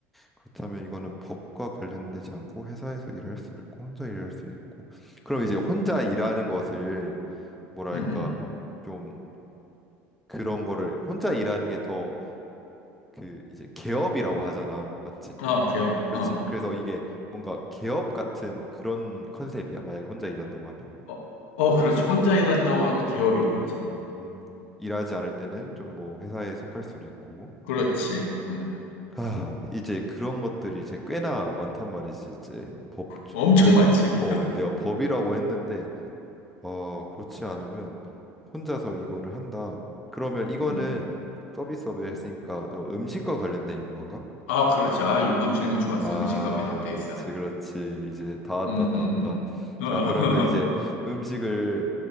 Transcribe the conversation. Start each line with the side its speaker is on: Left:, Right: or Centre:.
Centre: 그렇다면 이거는 법과 관련되지 않고 회사에서 일할 수도 있고 혼자 일할 수도 있고. 그럼 이제 혼자 일하는 것을 뭐랄까
Left: 음,
Centre: 좀 그런 거를 혼자 일하는 게 더 그 이제 개업이라고 하잖아. 맞지?
Left: 음. 어, 개업.
Centre: 그렇지.
Left: 어,
Centre: 그래서 이게 뭔가 개업 같은 그런 컨셉이야. 만약에 혼자 일한다고 하면.
Left: 어, 어, 그렇지. 혼자 일한다고 하면 개업인 거지.
Centre: 음, 일하지 않을 때는 좀 뭐 회사에 속할 수도 있고
Left: 그렇지. 음.
Centre: 아, 이제 그런 것들이 이제 꽤나 많단 말이지, 이제 법,
Left: 엄청
Centre: 그래서,
Left: 많지.
Centre: 어, 내가 법이라고 했는데, 어, 그렇지 않으면 혼자서 이거를 한다. 그러면 이거는
Left: 음.
Centre: 서비스업에 했으니까 저 음식과 관련된 건가?
Left: 아, 그렇지. 아, 요번 질문 좋았어.
Centre: 아,
Left: 음식과 관련돼
Centre: 그렇지,
Left: 있어.
Centre: 그렇지. 이제 다 왔다,
Left: 음,
Centre: 다
Left: 음,
Centre: 왔다.
Left: 음.
Centre: 자,
Left: 어,
Centre: 그러면
Left: <laughs>
Centre: 이제 음식을